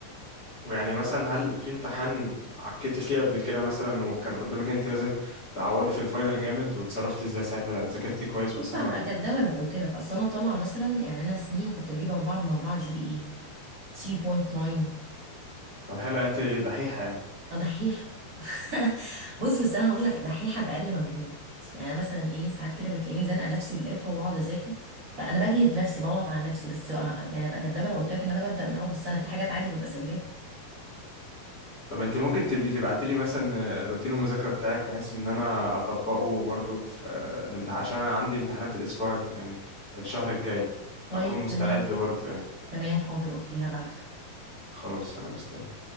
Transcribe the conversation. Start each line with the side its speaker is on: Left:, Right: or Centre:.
Left: ويعني مثلا هل في امتحان عكيتي فيه قبل كده مثلا وكان قدامك إن انت لازم تعوضي في الفاينل جامد وتصرفتي ازاي ساعتها ذاكرتي كويس
Right: بص
Left: مثلا
Right: هبقى
Left: ولا
Right: كدابه لو قلت لك اصل انا طالعه مثلا يعني انا سنين كنت بجيب 4 من 4 جي بي اي 3.9
Left: طب حلو انت دحيحة يعني
Right: دحيحة <laughs> بص بس انا هقول لك دحيحة باقل مجهود يعني أنا مثلا ايه ساعات كده بتلاقيني زنقة نفسي للاخر واقعد اذاكر فانا بجهد نفسي بضغط على نفسي بس أه- يعني ابقى كدابة لو قلت لك ان انا ببدأ من اول السنة في حاجات عادي ببقى سايباها
Left: طب انت ممكن تبقي تبعتي لي مثلا روتين المذاكرة بتاعك بحيث ان انا اطبقه برضه في آه، الامتحان عشان أنا عندي امتحانات الاسبوع الج- يعني الشهر الجاي
Right: طيب
Left: فاكون مستعد
Right: تمام
Left: برضه يعني
Right: تمام حاضر اوكي هبعت
Left: خلاص انا مستني